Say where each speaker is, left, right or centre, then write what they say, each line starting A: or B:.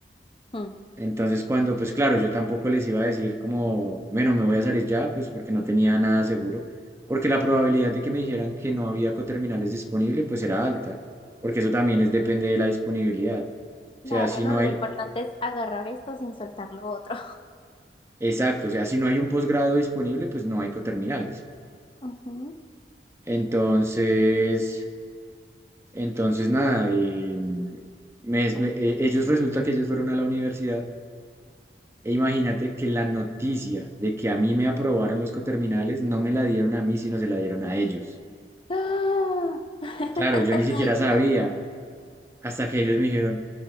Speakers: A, on the left; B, on the right.
A: Mm,
B: Entonces, cuando, pues claro, yo tampoco les iba a decir como, bueno, me voy a salir ya, pues porque no tenía nada seguro, porque la probabilidad de que me dijeran que no había coterminales disponible, pues era alta, porque eso también es depende de la disponibilidad. O
A: Claro,
B: sea, si
A: no,
B: no
A: lo
B: hay,
A: importante es agarrar esto sin soltar lo otro.
B: exacto, o sea, si no hay un posgrado disponible, pues no hay coterminales.
A: Ujú.
B: Entonces... Entonces, nada, eh, me- me- eh, ellos resulta que ellos fueron a la universidad e imagínate que la noticia de que a mí me aprobaron los coterminales no me la dieron a mí, sino se la dieron a ellos.
A: ¡Ah! <laughs>
B: Claro, yo ni siquiera
A: Ay, no.
B: sabía hasta que ellos me dijeron,